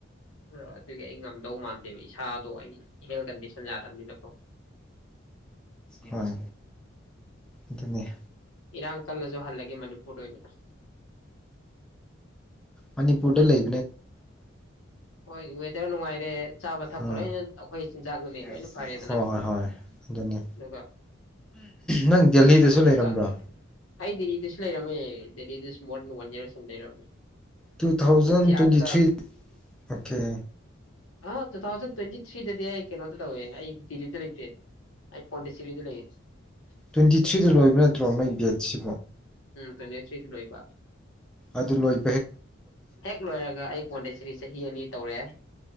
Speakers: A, on the left; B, in the centre.
A: ꯑ ꯑꯗꯨꯒꯤ ꯑꯩ ꯉꯝꯗꯧ ꯃꯥꯟ ꯏꯁꯥꯗꯣ ꯑꯩ ꯍꯦꯜ ꯀꯟꯗꯤꯁꯟ ꯌꯥꯗꯕꯅꯤꯅꯀꯣ
B: ꯍꯣꯏ ꯑꯗꯨꯅꯦ
A: ꯏꯔꯥꯡ ꯀꯜꯂꯁꯨ ꯍꯜꯂꯒꯦ ꯃꯅꯤꯄꯨꯔꯗ ꯑꯣꯏꯅ
B: ꯃꯅꯤꯄꯨꯔꯗ ꯂꯩ
A: ꯍꯣꯏ ꯍꯣꯢ ꯌꯥꯝ ꯡꯉꯥꯏꯔꯦ ꯆꯥꯕ ꯊꯛꯄ
B: ꯎꯝ
A: ꯂꯣꯏꯅ ꯑꯩꯈꯣꯏ ꯆꯤꯟꯖꯥꯛꯅꯨꯡꯅꯤ
B: ꯍꯣꯏ
A: ꯂꯣꯏꯅ ꯐꯔꯦꯗꯅ
B: ꯍꯣꯏ ꯍꯣꯏ ꯑꯗꯨꯅꯤ
A: ꯑꯗꯨꯒ
B: ꯅꯪ ꯗꯦꯜꯂꯤꯗꯁꯨ
A: ꯇꯨꯝꯕꯁꯨ
B: ꯂꯩꯔꯝꯕ꯭ꯔꯣ
A: ꯆꯥꯡꯅꯥꯏ ꯑꯩ ꯗꯦꯜꯍꯤꯗꯁꯨ ꯂꯩꯔꯝꯃꯦ ꯗꯦꯟꯂꯤꯗ ꯁ꯭ꯃꯣꯠ ꯋꯥꯟ ꯌꯥꯔꯁ ꯃꯨꯛ ꯂꯩꯔꯝꯃꯤ
B: ꯇꯨ ꯊꯥꯎꯖꯟ
A: ꯑꯗꯨꯗ
B: ꯇ꯭ꯋꯦꯟꯇꯤ ꯊ꯭ꯔꯤ ꯑꯣꯀꯦ
A: ꯑ ꯇꯨ ꯊꯥꯎꯖꯟ ꯇ꯭ꯋꯦꯟꯇꯤ ꯊ꯭ꯔꯤꯗꯗꯤ ꯑꯩ ꯀꯩꯅꯣꯗꯣ ꯇꯧꯋꯦ ꯑꯩ ꯗꯦꯜꯍꯤꯗ ꯂꯩꯇꯦ ꯑꯩ ꯄꯣꯟꯗꯤꯆꯦꯔꯤꯗ ꯂꯩꯌꯦ
B: ꯇ꯭ꯋꯦꯟꯇꯤ ꯊ꯭ꯔꯤꯗ ꯂꯣꯏꯕ ꯅꯠꯇ꯭ꯔꯣ ꯅꯣꯏ ꯗꯦꯗ <inaudible>
A: ꯇꯋ꯭ꯦꯟꯇꯤ ꯊ꯭ꯔꯤꯗ ꯂꯣꯏꯕ
B: ꯑꯗꯨ ꯂꯣꯏ
A: ꯍꯦꯛ ꯂꯣꯏꯔꯒ ꯑꯩ ꯄꯣꯟꯗꯤꯆꯦꯔꯤ ꯆꯍꯤ ꯑꯅꯤ ꯇꯧꯔꯦ